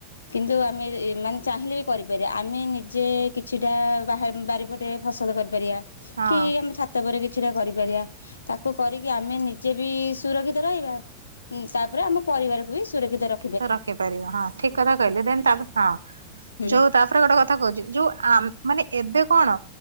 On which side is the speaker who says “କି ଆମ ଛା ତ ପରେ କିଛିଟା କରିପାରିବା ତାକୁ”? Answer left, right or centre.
Left